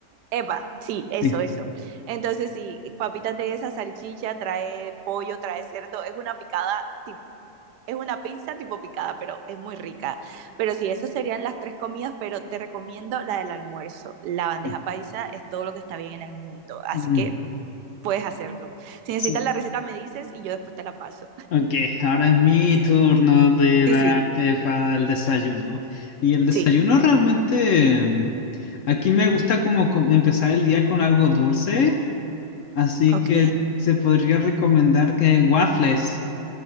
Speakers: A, on the right (about 85°); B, on the left (about 70°).
A: Epa, sí, eso,
B: Sí,
A: eso. Entonces, sí, papitas de esa salchicha, trae pollo, trae cerdo, es una picada, ti- es una pizza tipo picada, pero es muy rica. Pero sí, esas serían las tres comidas, pero te recomiendo la del almuerzo. La bandeja
B: sí.
A: paisa es todo lo que está bien en el mundo, así
B: Mm,
A: que puedes hacerlo. Si necesitas
B: sí.
A: la receta, me dices y yo después te la paso.
B: Ok, ahora es mi
A: Sí,
B: turno de
A: sí,
B: darte
A: sí,
B: para el desayuno. Y el desayuno
A: sí.
B: realmente, mm, aquí me gusta como com- empezar el día con algo dulce, así
A: Ok,
B: que se podría recomendar que waffles.